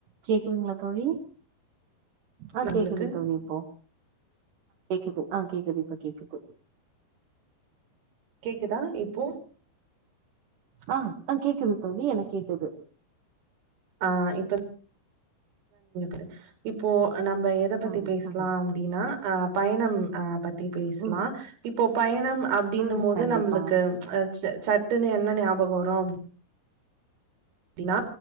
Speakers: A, on the right (about 60°); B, on the right (about 80°).
A: கேக்குதுங்களா தோழி அ
B: உங்களுக்கு
A: கேக்குது தோழி இப்போ கேக்குது அ கேக்குது இப்ப கேக்குது
B: கேக்குதா இப்போ
A: அ கேக்குது தோழி எனக்கு கேக்குது
B: அ இப்ப <inaudible> இப்போ நம்ம எத பத்தி
A: ம்
B: பேசலா
A: ம்
B: அப்டின்னா அ பயணம் அ பத்தி பேசலா
A: ம்
B: இப்போ பயணம் அப்டின்னும்
A: ம்
B: போது
A: கண்டிப்பா
B: நம்மளுக்கு ச சட்டுன்னு என்ன ஞாபக வரு அப்டின்னா